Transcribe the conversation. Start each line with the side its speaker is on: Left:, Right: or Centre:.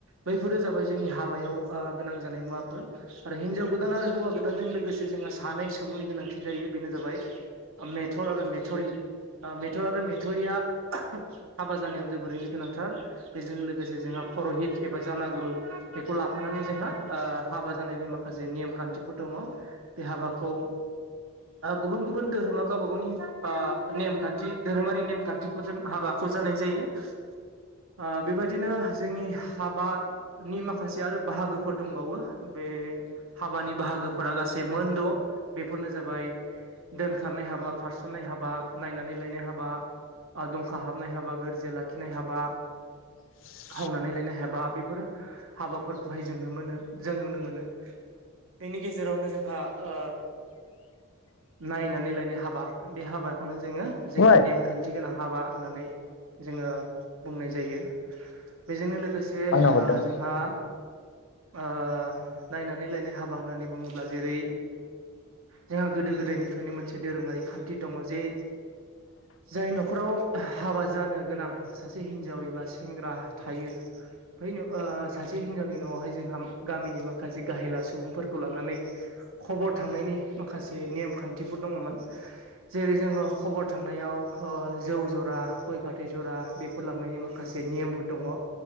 Right: बैफोरो जाबाय जोंनि हाबायाव ओ गोनां जानाय मुवाफोर आरो हिनजाव गोदान आरो हौवा गोदानजों लोगोसे जोंहा सानै सुबुंनि गोनांथि जायो बेनो जाबाय मेथर आरो मेथरि अ मिथर आरो मे रिया हाबा जानायाव जोबोरैनो गोनांथार बेजों लोगोसे जोंहा परहित एबा जा ना गुरु बेखौ लाफानानै जोंहा ओ हाबा जानायनि माखासे नेम खान्थिफोर दङ बे हाबा खौ गुबुन गुबुन धोरोमा गावबा गावनि ओ नेमखान्थि धोरोमारि ने खान्थिफोरजों हाबाखौ जानाय जायो ओ बेबायदिनो जोंनि साबानि माखासे आरो बाहागोफोर दंबावो बे हाबानि बाहागोफोरा गासै मोनद' बेफोर नो जाबाय दोनखारनाय हाबा खारसननाय हाबा नायनानै लायनाय हाबा दंखा हाबनाय हाबा गोरजि लाखिनाय हाबा
Left: <inaudible>
Right: खावनानै लायनाय हाबा बेफोर हाबाफोरखौहाय जोङो मोनो जों नुनो मोनो बेनि गेजेरावनो जोंहा ओ नायनानै लायनाय हाबा बे हाबाखौनो जोङो जोंनि
Left: ओइ
Right: नेम खान्थि गोनां हाबा होननानै जोङो बुंनाय जायो बेजोंनो लोगो लोगोसे
Left: आंनाव हरदोंमोन
Right: ओ जोंहा ओ नायनानै लायनाय हाबा होननानै बुङोब्ला जेरै जोंहा गोदो गोदायनिफ्रायनो मोनसे दोरोङारि खान्थि दङ जे जाय न'खराव हाबा जानो गोनां सासे हिनजाव एबा सेंग्रा थायो ओ सासे हिनजावनि न'वावहाय जोंहा गामिनि माखासे गाहेला सुबुंफोरखौ लानानै खबर थांनायनि माखासे नेम खान्थिफोर दङमोन जेरै जोङो खबर थांनायाव ओ जौ जरा गय फाथै जरा बेफोर लांनायनि माखासे नियमफोर दङ